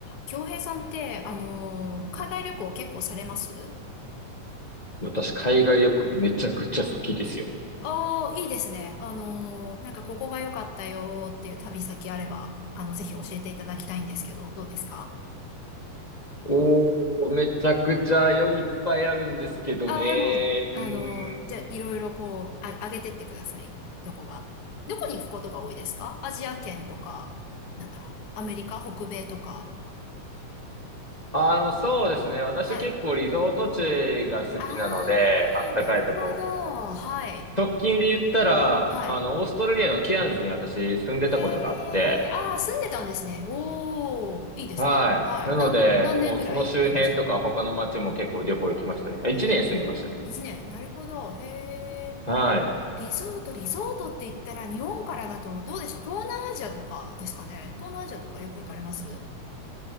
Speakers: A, on the left; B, on the left.
A: 京平さんって、あのー海外旅行結構されます
B: 私、海外旅行めちゃくちゃ好きですよ。
A: ああー、いいですね。あのーなんかここが良かったよーっていう旅先あれば、あの、ぜひ教えていただきたいんですけど、どうですか
B: おー、めちゃくちゃよ、いっぱいあるんですけどね。
A: ああー、でも、あのーじゃあ、
B: うーん。
A: いろいろこう、あ、上げてってください。どこが。どこに行くことが多いですかアジア圏とか、なんだろう、アメリカ、北米とか。
B: あの、そうですね。私結構リゾート地が好きなので、
A: はい。ああ、
B: あったかいとこ。
A: なるほど。はい。
B: 直近で言ったら、
A: はい。
B: あの、オーストラリアのケアンズに私住んでたことがあって、
A: へえ、ああ、住んでたんですね。おー、いいですね。
B: はい。
A: はい。
B: なので、
A: なん、何年ぐらいいました
B: もうその周辺とか他の街も結構旅行行きましたね。あ一年住んでましたね。
A: へえ、一年。なるほど。へえ。
B: はい。
A: リゾート、リゾートって言ったら日本からだとどうでしょう東南アジアとかですかね。東南アジアとかよく行かれます